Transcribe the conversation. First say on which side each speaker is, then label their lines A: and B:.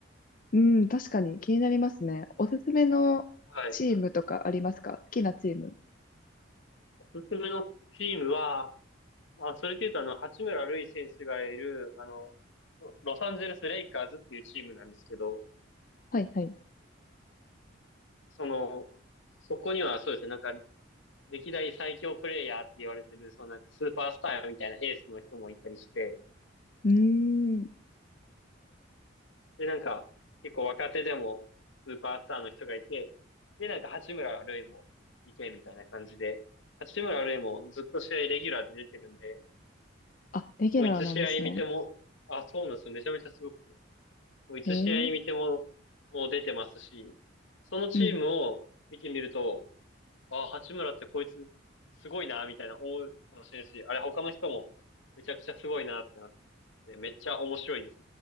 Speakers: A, on the left; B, on the left.
A: うん、確かに気になりますね。おすすめのチームとかありますか好きなチーム。
B: はい。おすすめのチームは、あ、それで言うとあの、八村塁選手がいる、あの、ロロサンゼルス・レイカーズっていうチームなんですけど、
A: はい、はい。
B: その、そこにはそうですね、なんか、歴代最強プレイヤーって言われてる、そのなんかスーパースターみたいなエースの人もいたりして、
A: うーん。
B: で、なんか、結構若手でもスーパースターの人がいて、で、なんか八村塁もいてみたいな感じで、八村塁もずっと試合レギュラーで出てるんで、
A: あ、レギュラーなんですね。
B: もういつ試合見ても、あ、そうなんですよ。めちゃめちゃすごくて。もういつ試合見ても、
A: えー、
B: もう出てますし、そのチームを見てみると、
A: うん。
B: あ、八村ってこいつ、すごいな、みたいな思うかもしれないし、あれ他の人もめちゃくちゃすごいなってなって、めっちゃ面白いです。